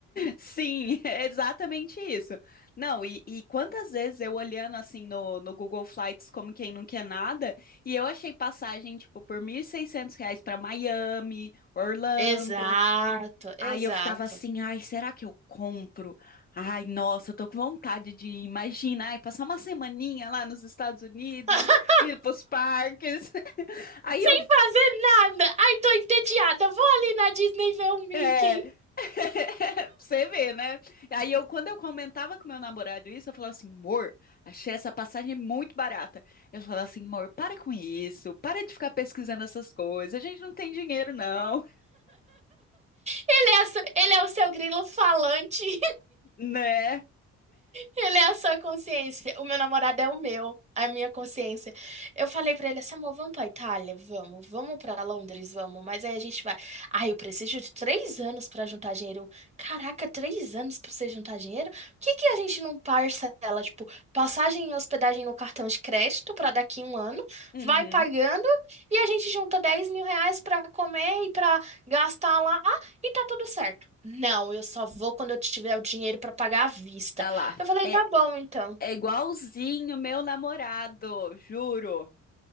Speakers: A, on the left; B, on the right.
A: Sim, <laughs> é exatamente isso. Não, e, e quantas vezes eu olhando assim no, no Google Flights como quem não quer nada, e eu achei passagem, tipo, por 1.600 reais para Miami, Orlando.
B: Exato, exato.
A: Aí eu ficava assim, ai, será que eu compro? Ai, nossa, eu tô com vontade de ir. Imagina, ai, passar uma semaninha lá nos Estados Unidos,
B: <laughs>
A: ir pros parques. <laughs> Aí
B: Sem
A: eu
B: fazer nada. Ai, tô entediada. Vou ali na Disney ver o Mickey.
A: É. <laughs> Pra Você vê, né? Aí eu, quando eu comentava com meu namorado isso, eu falava assim, amor, achei essa passagem muito barata. Eu falava assim, amor, para com isso, para de ficar pesquisando essas coisas, a gente não tem dinheiro, não,
B: Ele é, a su- ele é o seu grilo falante.
A: <laughs> né?
B: Ele é a sua consciência. O meu namorado é o meu, a minha consciência. Eu falei pra ele assim, amor, vamos pra Itália? Vamos. Vamos pra Londres? Vamos. Mas aí a gente vai. Ai, eu preciso de três anos pra juntar dinheiro. Eu, Caraca, três anos pra você juntar dinheiro? Por que que a gente não parcela, tipo, passagem e hospedagem no cartão de crédito pra daqui um ano?
A: Uhum.
B: Vai pagando e a gente junta dez mil reais pra comer e pra gastar lá e tá tudo certo. Não, eu só vou quando eu tiver o dinheiro pra pagar à vista.
A: Olha lá,
B: Eu falei,
A: é,
B: tá bom, então.
A: é igualzinho meu namorado, juro.